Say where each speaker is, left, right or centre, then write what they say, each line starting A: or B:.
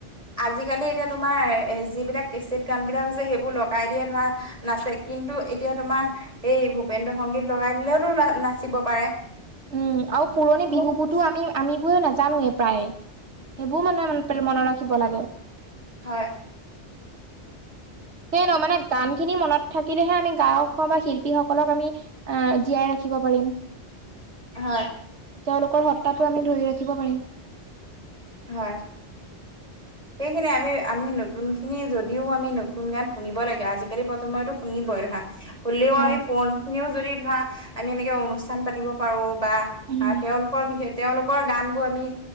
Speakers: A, on the right; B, on the right.
A: আজিকালি এতিয়া তোমাৰ এ যিবিলাক গান বিলাক হৈছে সেইবোৰ লগাই দিয়ে ধৰা নাচে, কিন্তু এতিয়া তোমাৰ এই ভূপেন্দ্ৰ সংগীত লগাই দিলেওটো নাচিব পাৰে।
B: উম, আৰু পুৰণি
A: উম
B: বিহুবোৰতো আমি, আমিবোৰ নাজানোৱে প্ৰায়ে সেইবোৰ মানুহে মনত ৰাখিব লাগে।
A: হয়।
B: সেই নহৈ মানে গান খিনি মনত থাকিলেহে আমি গায়ক হওঁ, বা শিল্পী সকলক আমি জীয়াই ৰাখি ৰাখিব পাৰিম।
A: হয়।
B: তেওঁলোকৰ সত্বাটো আমি ধৰি ৰাখিব পাৰিম।
A: হয়। সেইখিনি আমি, আমি নতুন খিনি যদিও আমি নতুন গান শুনিব লাগে আজিকালি প্ৰজন্মইতো শুনিবই ধৰা, হ'লেও
B: হয়।
A: আমি পুৰণিখিনিও যদি ধৰা, আমি এনেকে অনুষ্ঠান পাতিব পাৰোঁ বা,
B: উম
A: তেওঁলোকৰ বিষয়, তেওঁলোকৰ গান বোৰ আমি